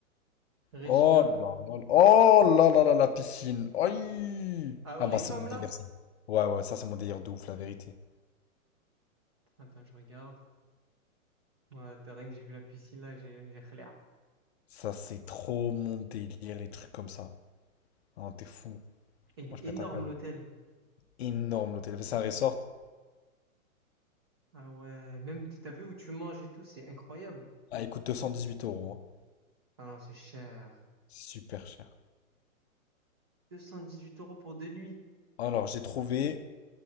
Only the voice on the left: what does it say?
Oh là là là. Oh là là là, la piscine. Aïe.
Ah,
moi, c'est mon délire.
ça. Ouais, ouais, ça, c'est mon délire de ouf, la vérité.
Ça, c'est trop mon délire, les trucs comme ça. Non, t'es fou.
Moi,
je
pète un câble.
Énorme, l'hôtel. C'est un resort.
Ah, il coûte deux cent dix huit euros. hein.
Super cher.
Alors, j'ai trouvé